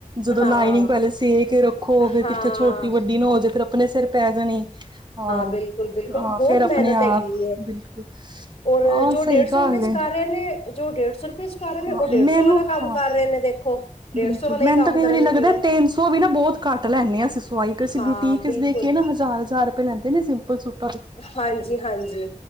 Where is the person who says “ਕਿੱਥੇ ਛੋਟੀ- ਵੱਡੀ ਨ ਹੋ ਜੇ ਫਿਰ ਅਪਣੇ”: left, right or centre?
Right